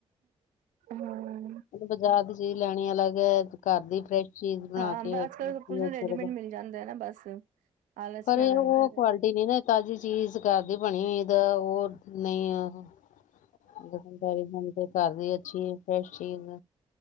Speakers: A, on the right; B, on the left.
A: ਹਾਂ
B: ਬਾਜ਼ਾਰ ਦੀ ਚੀਜ਼ ਲੈਣੀ ਅਲੱਗ ਐ, ਘਰ ਦੀ ਫਰੈਸ਼ ਚੀਜ਼ ਬਣਾ
A: ਹਾਂ
B: ਕੇ ਯੂਜ
A: ਅੱਜ ਕੱਲ ਕੁਝ ਰੈਡੀਮੇਡ
B: ਕਰੋ <unintelligible>
A: ਮਿਲ ਜਾਂਦਾ ਹੈ ਨਾ ਬਸ ਆਲਸ
B: ਪਰ
A: ਹੀ
B: ਇਹ
A: ਆ ਜਾਂਦਾ
B: ਔ
A: ਹੈਗਾ
B: ਕੁਆਲਿਟੀ ਨੀ ਨਾ ਤਾਜ਼ੀ ਚੀਜ਼ ਘਰ ਦੀ ਬਣੀ ਹੋਈ ਦਾ ਹੋਰ ਨਈ ਆ ਹਾਂ ਦੁਕਨਦਾਰੀ ਨਾਲੋ ਤੇ ਘਰ ਦੀ ਅੱਛੀ ਏ ਫ੍ਰੈਸ਼ ਚੀਜ,